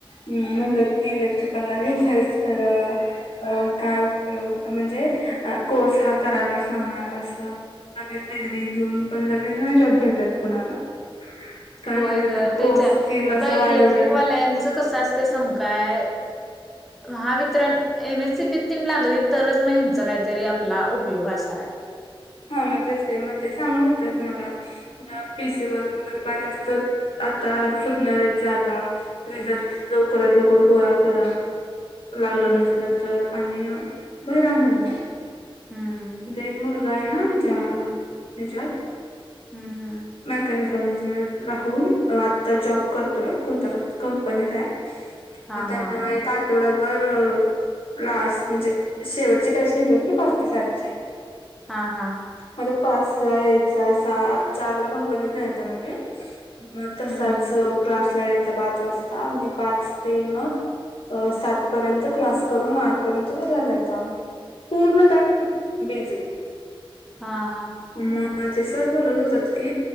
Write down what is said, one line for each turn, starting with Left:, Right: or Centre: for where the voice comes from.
Left: हम इलेक्ट्रिकलला घेतलंस खरं अ काय उपयोग म्हणजे कोर्स हा करायलाच लागणार असं, लगेच डिग्री घेऊन पण लगेच ना जॉब भेटत कुणाला. काय
Centre: होय
Left: ना त्याच
Centre: ग
Left: कोर्स
Centre: तेच आहे
Left: स्किल असं
Centre: ब
Left: वाढवलं
Centre: इलेक्ट्रिकवाल्यांचं
Left: लागत
Centre: कसं असत सागच काय. महा वीतत्र एम एस सी बी तीन लागली तरच मग ह्यांचा काहीतरी आपला उपयोग असा आहे.
Left: हा मग तेच का म ते सांगत होते मला, पीसी वर वगैर पाहिजे असल्या तर आता सुटणाऱ्या जागा, रिझल्ट लवकरात लवकर गोळा करा. लागलं
Centre: हम्म
Left: नसलं
Centre: हम्म
Left: तर आणि भरा म्हणून
Centre: हम्म हम्म
Left: देव मुलगायना जा हच्याात,
Centre: हम्म हम्म
Left: मेकॅनिकल इंजिनिअर राहून आत्ता जॉब करतोय कोणत कंपनीत आहे.
Centre: हां,
Left: मग त्यांना
Centre: हां.
Left: एक तेवढा ब लास्ट म्हणजे शेवटची बॅच घेतली पाच ते सातची.
Centre: हा हा
Left: हा तो पाच ला यायचा, सहा चार ला कंपनीच जायचा मे बी, मग तसाच
Centre: हं, हं.
Left: क्लासला यायचा पाच वाजता आणि पाच ते मग, अ सातपर्यंत क्लास करून आठ पर्यंत घरला जायचा. पूर्ण टाईम बिझी,
Centre: हा हा
Left: मग ते सर बोलत होतात की